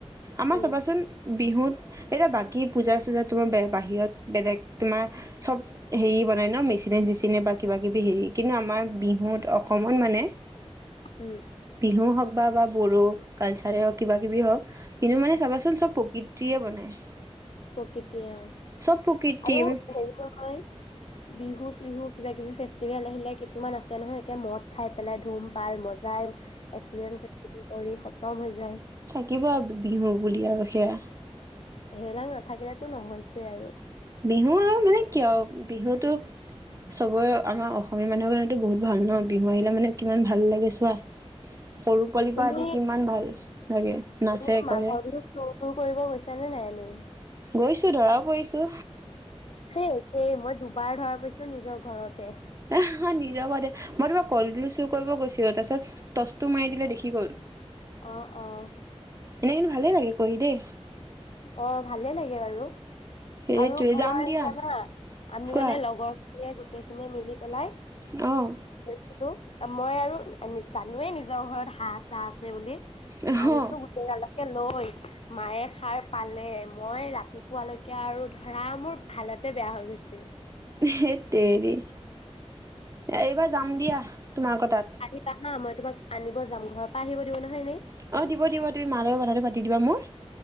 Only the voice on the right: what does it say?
আমাৰ
চাবাচোন বিহুত এতিয়া বাকী পূজা চূজা তোমাৰ বাহিৰত বেলেগ তোমাৰ চব হেৰি বনায় ন মেচিনে চেচিনে বা কিবা কিবি হেৰি কিন্তু আমাৰ বিহুত অসমত মানে।
বিহু হওঁক বা বা বড়ো কালচাৰে হওঁক কিবা কিবি হওঁক। কিন্তু মানে চাবাচোন চব প্ৰকৃতিয়ে বনায়।
চব প্ৰকৃতি
আমি
কিবা বিহু বুলি আৰু সেয়া।
বিহু আৰু মানে কিয় আৰু বিহুটো চবৰে আমাৰ অসমীয়া মানুহৰ কাৰণেতো বহুত ভাল ন বিহু আহিলা মানে কিমান ভাল লাগে চোৱা। সৰু পোৱালি
পৰা আদি কিমান ভাল লাগে। নাচে
কৰে
গৈছো, ধৰাও পৰিছো।
এ নিজৰ ঘৰতে মই তোমাৰ কলডিল চুৰ কৰিব গৈছিলো। তাৰপিছত- টচটো মাৰি দিলে দেখি গল।
এনে কিন্তু ভালেই লাগে কৰি দেই।
সেইটোৱে
যাম
দিয়া
কোৱা
অঁ।
অ
সেইত তেৰি! এইবাৰ যাম দিয়া তোমাৰ লগৰ তাত।
অঁ দিব দিব, তুমি মাৰ লগত কথাটো পাতি দিবা মোৰ।